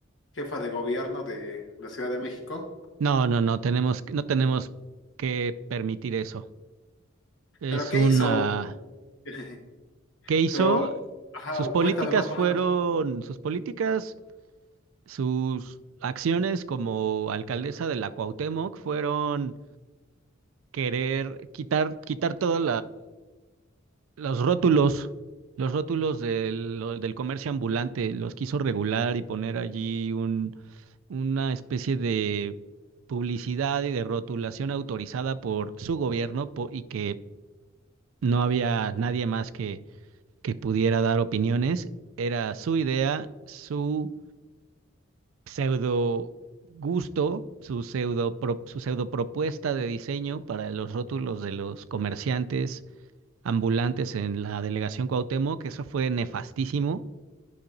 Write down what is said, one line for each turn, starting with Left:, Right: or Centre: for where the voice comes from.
Left: jefa de gobierno de la Ciudad de México.
Right: No, no, no tenemos, no tenemos que permitir eso. Es
Left: ¿Pero qué
Right: una...
Left: hizo? <laughs>
Right: ¿Qué hizo?
Left: Pero, ajá,
Right: Sus
Left: o
Right: políticas
Left: cuéntame más o
Right: fueron...
Left: menos.
Right: Sus políticas, sus acciones como alcaldesa de la Cuauhtémoc fueron querer quitar, quitar todos los rótulos, los rótulos del, lo- del comercio ambulante. Los quiso regular y poner allí un, una especie de publicidad y de rotulación autorizada por su gobierno po- y que no había nadie más que pudiera dar opiniones. Era su idea, su pseudo gusto, su pseudo, pro- su pseudo propuesta de diseño para los rótulos de los comerciantes ambulantes en la delegación Cuauhtémoc, que eso fue nefastísimo